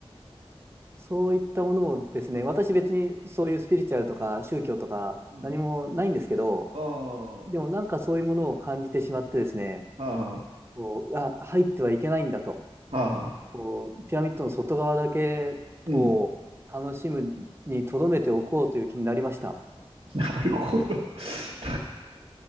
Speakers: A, on the right; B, on the right.
A: そういったものをですね、私別にそういうスピリチュアルとか宗教とか何もないんですけど、
B: うん。うん。ああ。は
A: でもなんかそういうものを感じてしまってですね、
B: あは
A: こう、あ、入ってはいけないんだと。
B: あ。はあはあ。
A: こう、ピラミッドの外側だけを楽しむに留めておこうという気になりました。
B: うん。なるほど。<laughs>